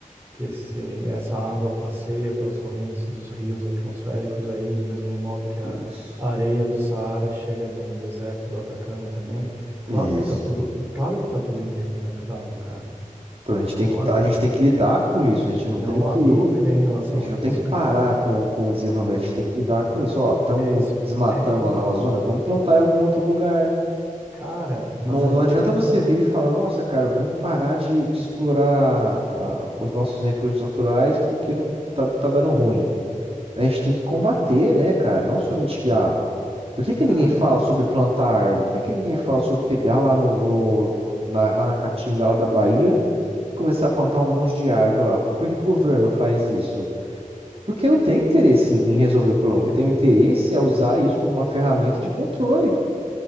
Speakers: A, on the right; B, on the right.
A: que esse, essa água passeia pelas correntes dos rios atmosféricos aí, do mesmo modo que a
B: isso,
A: areia do Saara chega no deserto do Atacama também. Claro
B: isso.
A: que tá tudo, claro que tá tudo interconectado, cara.
B: Então a gente tem
A: Não
B: que, tá-
A: há,
B: a gente tem que lidar com isso, a gente não
A: não
B: tem que
A: há dúvida em relação
B: A gente
A: a
B: não
A: isso,
B: tem que parar
A: cara.
B: com, com o desenvolvimento, a gente tem que lidar com isso. Ó, estamos
A: É isso.
B: desmatando
A: É,
B: lá na Amazônia, vamos plantar em algum outro lugar.
A: cara, mas
B: Não,
A: aí
B: não adianta
A: que eu te.
B: você vir e falar, nossa, cara, vamos parar de, de explorar ah, os nossos recursos naturais porque não- tá, tá dando ruim. A gente tem que combater, né, cara? Não só mitigar. Por que que
A: Cara,
B: ninguém fala sobre plantar árvore? Por que que ninguém fala sobre pegar lá no, no- na, lá na Caatinga, lá da Bahia, e começar a plantar um monte de árvore lá? Por que que o governo faz isso? Porque não tem interesse em resolver o problema. O que tem interesse é usar isso como uma ferramenta de controle.